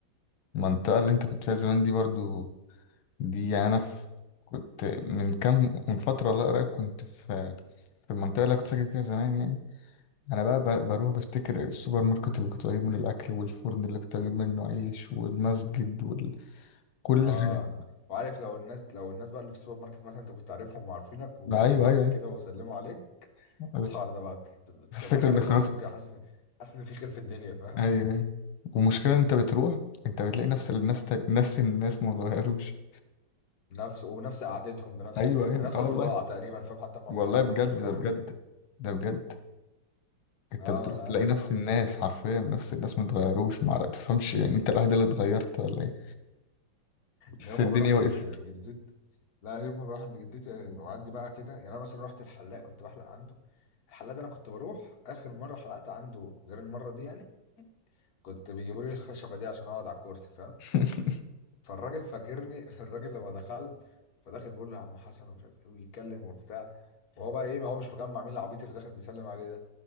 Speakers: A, on the left; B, on the left.
A: المنطقة اللي انت كنت فيها زمان دي برضو دي يعني انا في كنت من كام من فتره لا قريب كنت في في المنطقه اللي كنت ساكن فيها زمان يعني انا بقى ب- بروح بفتكر السوبر ماركت اللي كنت بجيب منه الاكل والفرن اللي كنت بجيب منه عيش والمسجد وكل
B: اه
A: حاجه
B: وعارف لو الناس لو الناس بقى اللي في السوبر ماركت مثلا انت كنت عارفهم وعارفينك و-
A: ما ايوه
B: ورحت
A: ايوه أيوة.
B: كده وسلموا عليك
A: بس
B: الحوار ده بقى تبقى
A: بس الفكره
B: تبقى خارج
A: ان خلاص
B: مبسوط كده حاسس ان حاسس ان في خير في الدنيا فاهم
A: ايوه ايوه ومشكله انت بتروح انت بتلاقي نفس الناس تاني. نفس الناس ما اتغيروش
B: نفس ونفس قعدتهم بنفس
A: ايوه ايوه
B: بنفس
A: اه
B: البضاعة
A: والله
B: تقريبا فاهم حتى ما,
A: والله
B: ما جابوش
A: بجد
B: بضاعة
A: ده بجد
B: جديدة
A: ده بجد انت
B: اه
A: بتروح
B: انا
A: تلاقي
B: عارف
A: نفس
B: الحوار
A: الناس
B: ده
A: حرفيا نفس الناس ما اتغيروش ما عرف- تفهمش يعني انت الوحيد اللي اتغيرت ولا ايه بس
B: يوم
A: الدنيا
B: ما بروح
A: وقفت
B: عند جدتي لا يوم ما بروح عند جدتي آه، واعدي بقى كده يعني انا مثلا رحت الحلاق كنت بحلق عنده الحلاق ده انا كنت بروح اخر مرة حلقت عنده غير المرة دي يعني كنت بيجيبوا لي الخشبة دي عشان اقعد على الكرسي فاهم
A: <laughs>
B: فالراجل فاكرني <laughs> الراجل لما دخلت فداخل بيقول له يا عم حسن ومش عارف ايه ويتكلم وبتاع وهو بقى ايه ما هو مش مجمع مين العبيط اللي داخل بيسلم عليه ده